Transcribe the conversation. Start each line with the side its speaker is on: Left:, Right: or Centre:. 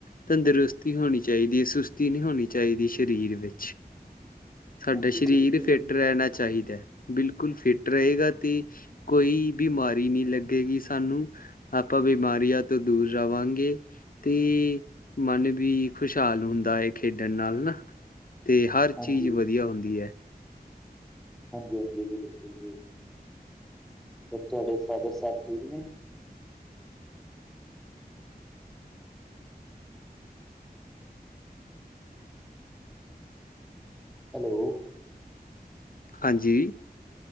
Left: ਤੰਦਰੁਸਤੀ ਹੋਣੀ ਚਾਹੀਦੀ ਐ ਸੁਸਤੀ ਨਹੀਂ ਹੋਣੀ ਚਾਹੀਦੀ ਸਰੀਰ ਵਿੱਚ ਸਾਡਾ
Centre: ਹਾਂਜੀ
Left: ਸਰੀਰ
Centre: ਬਿਲਕੁਲ
Left: ਫਿੱਟ
Centre: ਜੀ
Left: ਰਹਿਣਾ ਚਾਹੀਦਾ। ਬਿਲਕੁਲ ਫਿੱਟ ਰਹੇਗਾ ਤੇ ਕੋਈ ਬਿਮਾਰੀ ਨਹੀਂ ਲੱਗੇਗੀ ਸਾਨੂੰ। ਆਪਾਂ ਬਿਮਾਰੀਆਂ ਤੋਂ ਦੂਰ ਰਵਾਂਗੇ। ਤੇ ਮਨ ਵੀ ਖੁਸ਼ਹਾਲ ਹੁੰਦਾ ਐ ਨਾ ਖੇਡਣ ਨਾਲ ਨਾ। ਤੇ ਹਰ
Centre: ਹਾਂਜੀ
Left: ਚੀਜ਼ ਵਧੀਆ ਹੁੰਦੀ ਐ।
Centre: ਹਾਂਜੀ-ਹਾਂਜੀ, ਬਿਲਕੁਲ ਜੀ ਫਿਰ ਤੁਹਾਡੇ ਫਾਦਰ ਸਾਹਿਬ ਠੀਕ ਨੇ? ਹੈਲੋ।
Left: ਹਾਂਜੀ।